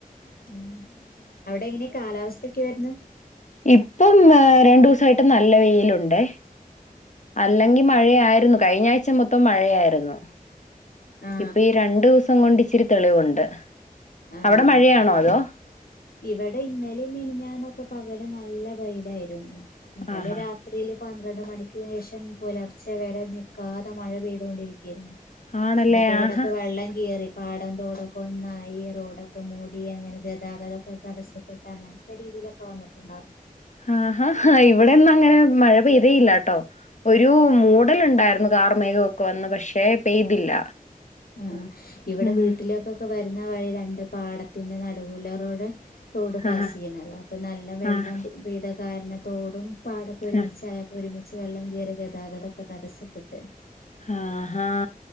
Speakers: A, on the left; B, on the left.
A: ഉം അവിടെ എങ്ങനെ കാലാവസ്ഥ ഒക്കെ ആര്ന്ന്
B: ഇപ്പം ഏഹ് രണ്ടു ദിവസായിട്ട് നല്ല വെയിലുണ്ടെ അല്ലെങ്കി മഴയായിരുന്നു കഴിഞ്ഞ ആഴ്ച മൊത്തം മഴയായിരുന്നു
A: ആ
B: ഇപ്പൊ ഈ രണ്ടു ദിവസം കൊണ്ട് ഇച്ചിരി തെളിവുണ്ട്
A: ആ ആ
B: അവിടെ മഴയാണോ അതോ
A: ഇവിടെ ഇന്നലെ മിനിഞ്ഞന്നൊക്കെ പകല നല്ല വയിലായിരുന്നു ഇന്നലെ
B: ആഹാ
A: രാത് രാത്രിയില് പന്ത്രണ്ട് മണിക്ക് ശേഷം പുലർച്ചെ വരെ നിക്കാതെ മഴ പെയ്തുകൊണ്ടിരിക്കരുന്നു
B: ആണല്ലേ
A: എന്നിട്ട് ഇവിടൊക്കെ
B: ആഹാ
A: വെള്ളം കയറി പാടം തോടൊക്കെ ഒന്നായി റോഡൊക്കെ മൂടി അങ്ങനെ ഗതാഗതംക്കെ തടസ്സപ്പെട്ട് അങ്ങനത്തെ രീതിയിലൊക്കെ വന്നിട്ടുണ്ടാ
B: ആഹാ ഇവിടെന്നും അങ്ങനെ മഴ പെയ്തയില്ലട്ടോ ഒരു മൂടലുണ്ടായിരുന്നു കാർ മേഘമൊക്കെ വന്ന് പക്ഷെ പെയ്തില്ല
A: ആഹ് ഇവിടെ
B: ഉം
A: വീട്ടിലേക്കൊക്കെ വരുന്ന വഴി രണ്ട് പാടത്തിന്റെ നടുവുലറോടെ റോഡ് പാസ്
B: ആഹ്
A: ചെയ്യണുന്നത് അപ്പം നല്ല വെള്ളം
B: ആഹ്
A: ഭീതകാരണത്തോടും പാടൊക്കെ ഒരുമിച്ചായ
B: ആഹ്
A: ഒരുമിച്ച് വെള്ളം കയറി ഗതാഗതൊക്കെ തടസ്സപ്പെട്ട്
B: ആഹാ